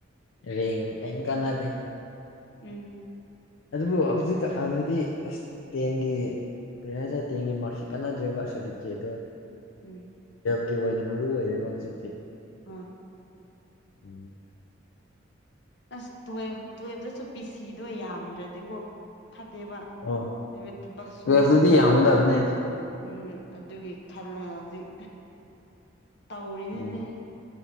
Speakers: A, on the left; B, on the left.
A: ꯎꯝ
B: ꯔꯦꯡꯒ ꯀꯩꯝ ꯀꯥꯟꯅꯥꯗꯦ
A: ꯎꯝ
B: ꯑꯗꯨꯕꯨ ꯍꯧꯖꯤꯛ ꯀꯥꯟꯗꯗꯤ ꯑꯁ ꯇꯦꯟꯒꯤ ꯨꯀꯔꯤ ꯍꯥꯢꯁꯤꯔ ꯇꯦꯟꯒꯤ ꯃꯥ꯭ꯔꯛꯁꯤꯠꯇꯣ ꯀꯥꯟꯅꯗ꯭ꯔꯦꯕ ꯁꯥꯔꯐꯤꯀꯦꯠꯗꯣ
A: ꯎꯝ
B: ꯒꯤ ꯑꯣꯏꯅ ꯃꯔꯨ ꯑꯣꯏꯔꯦꯕ ꯍꯧꯖꯤꯛꯇꯤ
A: ꯍꯣꯏ
B: ꯎꯝ
A: ꯑꯁ ꯇꯨꯌꯦꯞ ꯇꯨꯌꯦꯜꯐꯇꯁꯨ ꯄꯤꯁꯤꯗꯣ ꯌꯥꯝꯗ꯭ꯔꯗꯤꯀꯣ ꯐꯠꯇꯦꯕ
B: ꯑꯣ
A: ꯍꯥꯏꯕ ꯊꯕꯛ ꯁꯨꯅꯤꯡꯉꯁꯨ
B: ꯇꯨꯌꯦꯜꯐꯇꯗꯤ ꯌꯥꯝꯒꯗꯕꯅꯦ
A: ꯎꯝ ꯑꯗꯨꯒꯤ ꯈꯜꯂꯒ ꯍꯧꯖꯤꯛ ꯇꯧꯔꯤꯅꯤꯅꯦ
B: ꯎꯝ